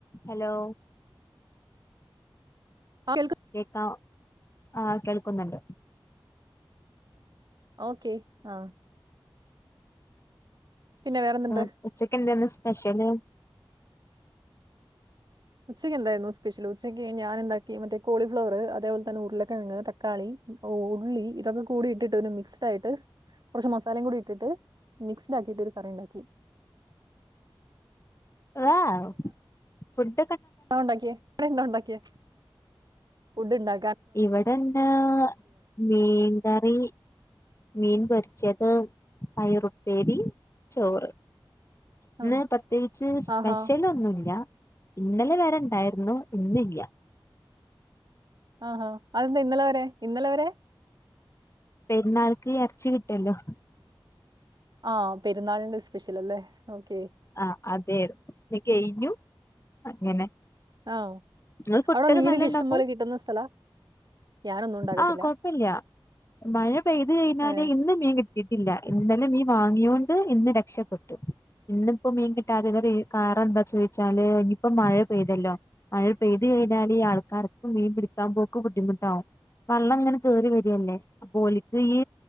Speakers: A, on the left; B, on the right.
A: ഹലോ
B: ആ കേൾക്ക
A: കേക്കാം ആഹ് കേൾക്കുന്നുണ്ട്
B: ഓക്കെ ആഹ് പിന്നെ വേറെന്തുണ്ട്
A: ആ ഉച്ചക്ക് എന്തെന്ന് സ് പഷല്
B: ഉച്ചയ്ക്ക് എന്തായിരുന്നു സ്പെഷ്യൽ ഉച്ചക്ക് ഞാൻ എന്താക്കി മറ്റേ കോളിഫ്ലവർ അതേപോലെ തന്നെ ഉരുളക്കിഴങ് തക്കാളി ഉള്ളി ഇതൊക്കെ കൂടി ഇട്ടിട്ട് ഒരു മിക്സ്ഡായിട്ട് കുറച്ച് മസാലയും കൂടി ഇട്ടിട്ട് മിക്സ്ഡ് ആക്കിയിട്ട് ഒരു കറി ഉണ്ടാക്കി
A: വാഉ ഫുഡ്.
B: ആ ഉണ്ടാക്കിയേ <unintelligible> എന്താ ഉണ്ടാക്കിയെ ഫുഡ് ഉണ്ടാ
A: ഇവിടെന്നാ മീൻകറി മീൻ പൊര് ച്ചത് പയറുപ്പേരി ചോറ് ഇന്ന്
B: ആ
A: പ്രത്യേകിച്ച് സ്പെഷ്യൽ
B: ആഹാ
A: ഒന്നുല്ല ഇന്നലെ വരെ ഇണ്ടായിരുന്നു ഇന്നില്ല
B: ആഹാ അതെന്താ ഇന്നലെ വരെ ഇന്നലെ വരെ
A: പെര്ന്നാൾക്ക് ഇറച്ചി കിട്ടൊല്ലോ
B: ആഹ് പെരുന്നാളിന്റെ സ്പെഷ്യൽ അല്ലേ ഓക്കേ
A: ആഹ് അ തേര്ന്നു ത് കെഴിഞ്ഞു അങ്ങനെ
B: ആ
A: ഇങ്ങള് ഫുഡൊക്കെ
B: അവിടെ മീനൊക്കെ
A: നല്ല ഉണ്ടാക്കും
B: ഇഷ്ടം പോലെ കിട്ടുന്ന സ്ഥലാ ഞാനൊന്നും ഉണ്ടാക്കത്തില്ല
A: ആഹ് കുഴപ്പില്യ മഴ പെയ്ത് കഴിഞ്ഞാല്
B: ഏ
A: ഇന്ന് മീൻ കിട്ടിയിട്ടില്ല ഇന്ന ഇന്ന് മീൻ വാങ്ങിയൊണ്ട് ഇന്ന് രക്ഷപ്പെട്ടു ഇന്നിപ്പോ മീൻ കിട്ടാത <unintelligible> കാരം എന്താ ചോദിച്ചാല് ഇനിയിപ്പോ മഴ പെയ്തല്ലോ മഴ പെയ്ത് കഴിഞ്ഞാല് ഈ ആൾക്കാർ മീൻ പിടിക്കാൻ പോക്ക് ബുദ്ധിമുട്ടാവും വെള്ളം ഇങ്ങനെ കേറി വരല്ലേ അപ്പോൽക്ക് ഈ